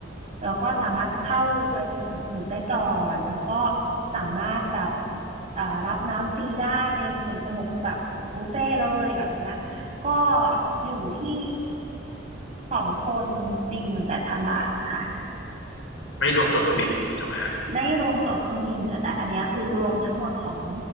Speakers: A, on the right; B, on the left.
A: แล้วก็สามารถเข้าไปในสวนสนุกได้ก่อน แล้วก็สามารถแบบอ่ารับน้ำฟรีได้ในสวนสนุกแบบบุฟเฟ่ต์เลยแบบเนี้ยก็อยู่ที่สองคนสี่หมื่นแปดพันบาทค่ะ
B: ไม่รวมตั๋วเครื่องบินถูกไหมฮะ
A: ไม่รวมตั๋วเครื่องบินอ่ะแต่อันเนี้ยคือรวมทั้งหมดของ